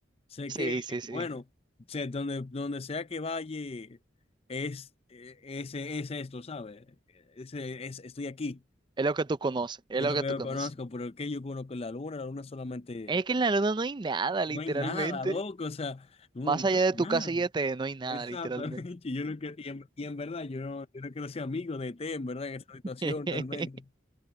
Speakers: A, on the left; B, on the right.
A: Sé
B: sí,
A: que,
B: sí, sí.
A: bueno, sé, donde, donde sea que vaya, es, eh, ese es esto, ¿sabes? Ese, es, estoy aquí.
B: Es lo que tú conoces, es
A: Es
B: lo
A: lo
B: que
A: que
B: tú
A: yo
B: conoces.
A: conozco, pero ¿qué yo conozco? La luna, la luna solamente,
B: Es que en la luna no hay nada,
A: no
B: literalmente.
A: hay nada, loco, o sea, no,
B: Más
A: no
B: allá
A: hay
B: de
A: nada.
B: tu casa y de T, no hay nada,
A: Exactamente,
B: literalmente.
A: <laughs> yo no quiero, y en, y en verdad, yo no, yo no quiero ser amigo de T, en verdad, en esta situación,
B: <laughs>
A: realmente.